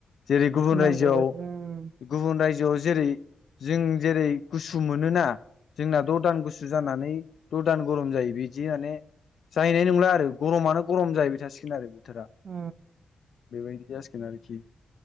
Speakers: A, on the left (about 70°); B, on the right (about 60°).
A: जेरै गुबुन
B: नांगौ
A: रायजोआव
B: बायदि उम
A: गुबुन रायजोआव जुदि जेरै जों जेरै गुसु मोनोना जोंना द' दान गुसु जानानै ददान गरम जायो बिदि माने जाहैनाय नंला आरो गरमानो गरम जाहैबाय थासिगोन आरो बोथोरा
B: उम
A: बेबायदि जासिगोन आरोखि